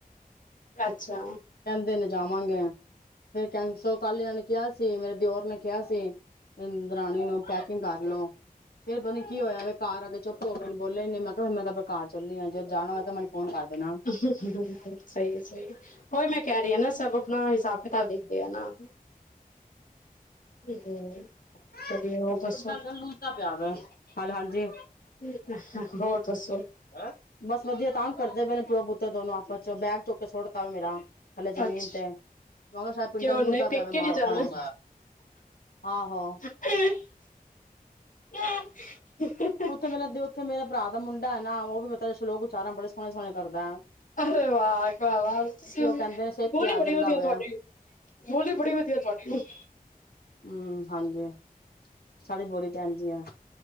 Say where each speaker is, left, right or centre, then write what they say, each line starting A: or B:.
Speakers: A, on the left (about 60°); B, on the left (about 85°).
A: ਅੱਛਾ।
B: ਕਹਿੰਦੇ ਨੇ ਜਾਵਾਂਗੇ ਫੇਰ ਕਂਹਿ ਸੋ ਕਲ ਇਨਾ ਨੇ ਕਿਹਾ ਸੀ, ਮੇਰੇ ਦਿਓਰ ਨੇ ਕਿਹਾ ਸੀ। ਦਰਾਣੀ ਨੂੰ ਪੈਕਿੰਗ ਕਰਲੋ, ਫਿਰ ਪਤਾ ਨ ਕੀ ਹੋਆ ਵੇ ਘਰ ਆਕੇ ਚੁੱਪ ਹੋਗੇ ਬੋਲੇ ਨੀ ਮੈਂ ਕਿਹਾ ਮੈਂ ਤੇ ਅਪਣੇ ਘਰ ਚੱਲੀ ਆ ਜਦੋ ਜਾਣਾ ਹੋਏਗਾ ਮੈਨ ਫੋਨ ਕਰ ਦੇਣਾ।
A: <unintelligible> ਸਹੀ ਏ -ਸਹੀ ਏ। ਔਈ ਮੈਂ ਕਹਿ ਰੀ ਆ ਨਾ ਸਭ ਆਪਣਾ ਹਿਸਾਬ-ਕਿਤਾਬ ਦੇਖਦੇ ਆ ਨਾ। <unintelligible>
B: <unintelligible>
A: ਹੋਰ ਦੱਸੋ <unintelligible> ਹੋਰ ਦੱਸੋ।
B: ਹ ਬਸ ਵਧੀਆ ਤਾਂਗ ਕਰਦੇ ਬਏ ਨੇ ਪਿਓ-ਪੂਤਰ ਦੋਨੋ ਆਪਸ 'ਚ ਬੈਗ ਚੁੱਕ ਕੇ ਸੁਟਤਾ ਵਾ ਮੇਰਾ। ਥੱਲੇ ਜ਼ਮੀਨ
A: ਅੱਛਾ
B: ਤੇ ਮੈਂ ਕਿਹਾ, ਸ਼ਾਇਦ ਪਿੰਡਾਂ
A: ਕਿਉਂ
B: ਲੂਸਦਾ
A: ਨਹੀਂ ਪੇਕੇ
B: ਪਿਆ ਵੇ ਮਾਰ
A: ਨੀ ਜਾਣਾ
B: ਖਾਣ ਵਸ ਆਹੋ।
A: <inaudible>
B: ਉੱਥੇ ਮੇਰਾ ਦੋ ਉੱਥੇ ਮੇਰੇ ਭਰਾ ਦਾ ਮੁੰਡਾ ਏ ਨਾ ਉਹ ਵੀ ਮਤਲ ਸ਼ਲੋਕ ਓਚਾਰਣ ਬੜੇ ਸੋਹਣੇ-ਸੋਹਣੇ ਕਰਦਾ।
A: ਅਰੇ ਵਾਹ ਭਰਾਵਾਂ <unintelligible>
B: ਤੇ ਉਹ ਕਹਿੰਦੇ ਨੇ ਸਿੱਖ
A: ਬੜੀ
B: ਕੇ ਆ ਜਾਂਦਾ
A: ਵਧੀਆ
B: ਵੇ
A: ਤੁਹਾਡੀ। ਬੋਲੀ ਬੜੀ ਵਧੀਆ ਤੁਹਾਡੀ ਓਫ਼।
B: ਹਮ-ਮ ਹਾਂਜੀ ਸਾਡੀ ਬੋਲੀ ਤਾਂ ਏਂਜ ਈ ਆ